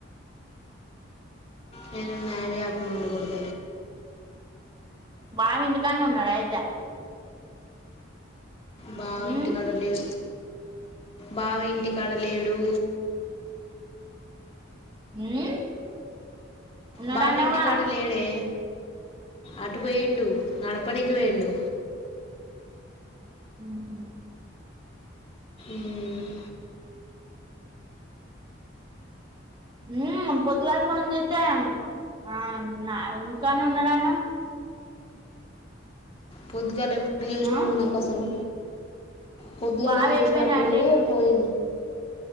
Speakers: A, on the left; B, on the right.
A: నేను మారి యాప్ నుండి కొడత్
B: బావ ఇంటికానే ఉన్నాడా అయితే
A: బావ
B: మ్మ్
A: ఇంటికాడ లేడు బావ ఇంటికాడ లేడు
B: మ్మ్ ఉన్నాడన్నావుగా
A: బావి ఇంటికాడ లేడే అటు పోయిండు నడపనీకి పోయిండు
B: మ్మ్ హు
A: మ్మ్
B: మ్మ్ పొద్దుగాల ఫోన్ చేస్తే ఆ ఇంటికాడనే ఉన్నాడు అన్నావ్
A: పొద్దుగాల ఎప్ ఎప్పుడు చేస్నావు
B: ఆ
A: నాక్ అసలు పొద్దుగాల
B: బావ
A: చేస్నాప్పుడు
B: ఎటు పోయిండు అంటే ఇటు
A: పోయి